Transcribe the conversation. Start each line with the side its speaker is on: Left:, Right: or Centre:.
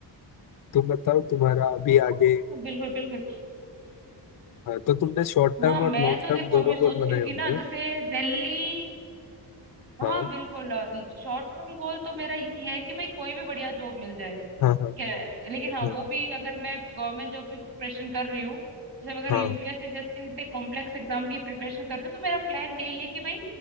Left: तुम बताओ तुम्हारा अभी
Right: हाँ,
Left: आगे
Right: बिल्कुल बिल्कुल
Left: अ, तो तुमने शॉर्ट टर्म
Right: हाँ मैं
Left: और लॉन्ग
Right: तो
Left: टर्म
Right: देखो
Left: दोनों
Right: अभी सोच
Left: गोल बनाए
Right: रही हूँ
Left: होंगे
Right: कि ना
Left: ना
Right: जैसे दिल्ली
Left: हाँ
Right: हाँ बिल्कुल शॉर्ट टर्म गोल तो मेरा ये है कि भाई कोई भी बढ़िया जॉब मिल जाए
Left: हाँ हाँ
Right: ठीक है लेकिन हाँ
Left: हाँ
Right: वो भी अगर मैं गवर्नमेंट जॉब की प्रिपरेशन कर रही हूँ जैसे अगर
Left: हाँ
Right: यूपीएससी जैसे इतने कॉम्प्लेक्स एग्जाम की प्रिपरेशन कर रही हूँ तो मेरा प्लान यही है कि भाई